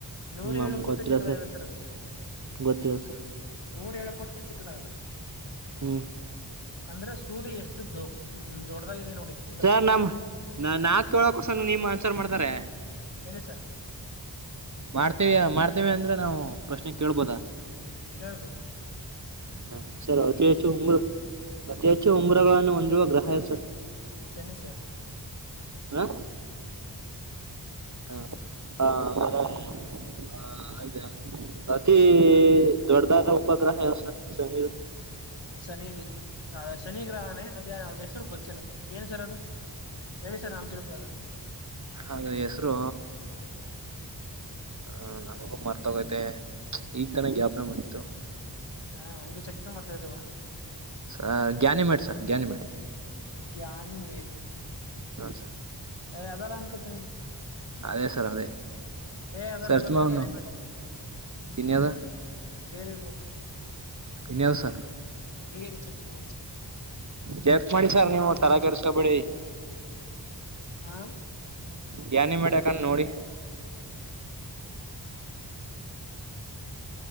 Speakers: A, on the left; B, on the right.
A: ನೂರ
B: ಹ್ಮ್ ನಮ್
A: ಏಳು ಪುಟ್ಟ
B: ಗೊತ್ತಿಲ್ಲ
A: ಚಿಕ್ಕದಾಗಿದೆ ಸರ್ ಅದು
B: ಗೊತ್ತಿಲ್ಲ ಸರ್
A: ನೂರ ಏಳು ಪಟ್ಟು ಚಿಕ್ಕದಾಗದ
B: ಹ್ಮ
A: ಅಂದ್ರೆ ಸೂರ್ಯ ಎಷ್ಟು ದೊ ದೊಡ್ಡದಾಗಿದೆ ನೋಡಿ ಚಿತ್ರ
B: ಸರ್ ನಮ್ಮ್ ನ ನಾ ಕೇಳೋಕೋಸ ನಿಮ್ ಆನ್ಸರ್ ಮಾಡ್ತಾರೆ
A: ಎಳಿಸ
B: ಮಾಡ್ತೇವ ಮಾಡ್ತೇವಿ ಅಂದ್ರೆ ನಾವು ಪ್ರಶ್ನೆ ಕೇಳ್ಬೋದಾ
A: ಕೇಳಬೇಕ
B: ಹಾ ಸರ್ ಅತಿ ಹೆಚ್ಚು ಉಂಗುರ ಅತಿ ಹೆಚ್ಚು ಉಂಗುರಗಳನ್ನು ಹೊಂದಿರುವ ಗ್ರಹಾಯ ಸರ್
A: ಸನಿ ಸ
B: ಹ ಹ ಹ ಅವರ <unintelligible> ಹ ಅದೇ ಅತೀ ದೊಡ್ಡದಾದ ಉಪಗ್ರಹ ಯಾವ ಸರ್ ಸಣಿ
A: ಶನಿಲಿ ಶನಿ ಗ್ರಹಾನೆ ಅದೇ ಅದ್ರ ಹೆಸರು ಗೊತ್ತಿಲ್ಲ ಏನ್ ಸರ್ ಅದು ಹೇಳಿ ಸರ್ ನಾವು ತಿಳ್ಕೊಳೋಣಾ
B: ಅದು ಹೆಸರು ಹ ನನ್ಗೊ ಮರ್ತೋಗೈತೆ ಈಗ ತನ ಜ್ಞಾಪನ ಬಂದಿತ್ತು
A: ಹಾ ಹಂಗೆ ಚೆಕ್ ಮಾಡ್ತಾ ಇದಾವ
B: ಸ ಜ್ಞಾನಿಮೆಟ್ ಸರ್ ಜ್ಞಾನಿಮೇಟ್
A: ಜ್ಞಾನಿ ನೇಡ್
B: ಹಾ ಸರ್
A: ಎ ಅದರೆ ಅನ್ಕೇತೀನಿ
B: ಅದೇ ಸರ್ ಅದೇ
A: ಏ ಅದಲ್ಲ
B: ಸರ್ಚುಮ್ಮ
A: ಅದಲ್ಲ
B: ಅವನು
A: ಜ್ಞಾನಿ ಮೇಡಲ್ಲ
B: ತಿನ್ಯದ
A: ಬೇರೆ ಇರ್ಬೇಕು
B: ಇನ್ನಿವ ಸರ್
A: ಹಂಗೆ ಚೆಕ್ ಮಾಡ್ತೀನಿ
B: ಚೆಕ್ ಮಾಡಿ ಸರ್ ನೀವು ತಲೆ ಕೆರ್ಸ್ಕೊಬೇಡಿ
A: ಹಾ
B: ಜ್ನಿ ಮಾಡ್ಯಾಕಣ್ ನೋಡಿ